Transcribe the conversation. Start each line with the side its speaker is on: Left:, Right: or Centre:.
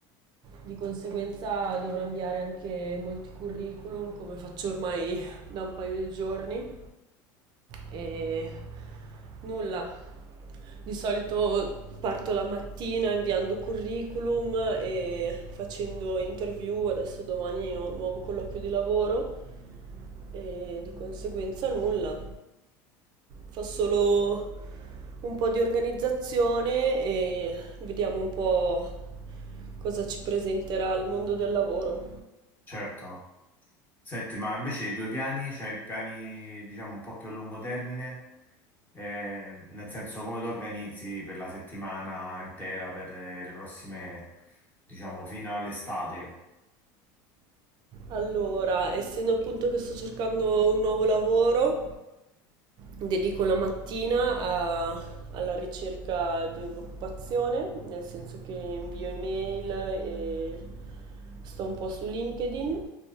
Right: Di conseguenza dovrò inviare anche molti curriculum, come faccio ormai da un paio di giorni. E nulla. Di solito parto la mattina inviando curriculum e facendo interview. Adesso domani ho un nuovo colloquio di lavoro e di conseguenza nulla. Fa solo un po' di organizzazione e vediamo un po' cosa ci presenterà il mondo del lavoro.
Left: Certo. Senti, ma invece i tuoi piani, c'hai piani, diciamo, un po' più a lungo termine? Eh, nel senso, come ti organizzi per la settimana intera, per eh, le prossime, diciamo, fino all'estate?
Right: Allora, essendo appunto che sto cercando un nuovo lavoro, dedico la mattina a- alla ricerca di un'occupazione, nel senso che invio email e sto un po' su LinkedIn